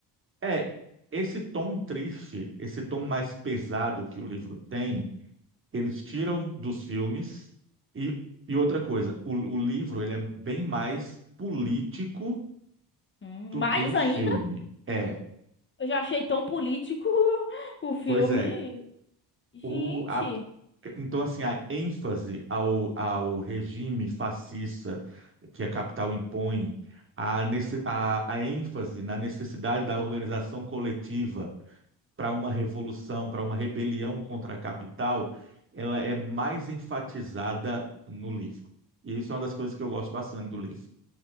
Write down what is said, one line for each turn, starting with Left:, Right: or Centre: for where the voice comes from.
Right: é esse tom triste, esse tom mais pesado que o livro tem, eles tiram dos filmes e, e outra coisa, o, o livro ele é bem mais político
Left: Hum,
Right: do
Left: Mais
Right: que o filme.
Left: ainda,
Right: É,
Left: eu já achei tão político <laughs> o filme.
Right: pois é,
Left: Gente.
Right: O, a, então, assim, a ênfase ao, ao regime fascista que a capital impõe, a, nesse- a, a ênfase na necessidade da organização coletiva para uma revolução, para uma rebelião contra a capital, ela é mais enfatizada no livro. E isso é uma das coisas que eu gosto bastante do livro.